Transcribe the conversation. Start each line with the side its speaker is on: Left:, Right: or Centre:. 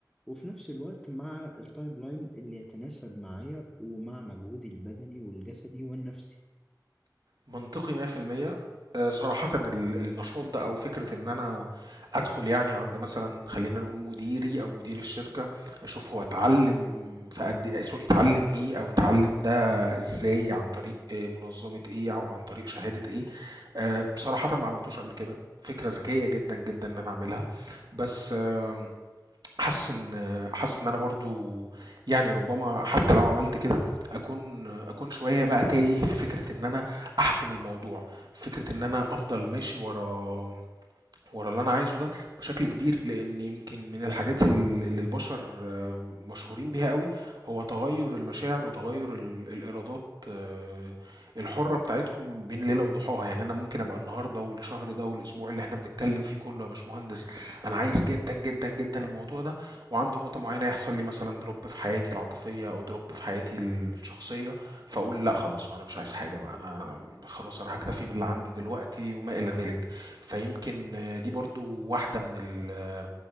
Centre: وفي نفس الوقت مع التايم لاين اللي يتناسب معايا ومع مجهودي البدني والجسدي والنفسي
Right: منطقي 100% آه، صراحة ال- النشاط ده أو فكرة إن أنا أدخل يعني عند مثلا خلينا نقول مديري أو مدير الشركة أشوف هو اتعلم في قد إيه سوري اتعلم إيه أو اتعلم ده إزاي عن طريق آه، منظمة إيه أو عن طريق شهادة إيه آه، بصراحة ما عملتوش قبل كده فكرة ذكية جدا جدا إن أنا أعملها بس آم، حاسس ان حاسس ان انا برضو يعني ربما حتى لو عملت كده اكون اكون شويه بقى تايه في فكره ان انا احكم الموضوع فكره ان انا افضل ماشي ورا ورا اللي انا عايزه ده بشكل كبير لان يمكن من الحاجات ال- اللي البشر آه، مشهورين بيها قوي هو تغير المشاعر وتغير ال- الارادات آه، الحرة بتاعتهم بين ليلة وضحاها يعني انا ممكن ابقى النهاردة والشهر ده والاسبوع اللي احنا بنتكلم فيه كله يا باشمهندس انا عايز جدا جدا جدا الموضوع ده وعنده نقطة معينة يحصل لي مثلا دروب في حياتي العاطفية او دروب في حياتي الشخصية فاقول لا خلاص وانا مش عايز حاجة بقى انا خلاص انا هكتفي باللي عندي دلوقتي وما الى ذلك فيمكن دي برضو واحدة من ال-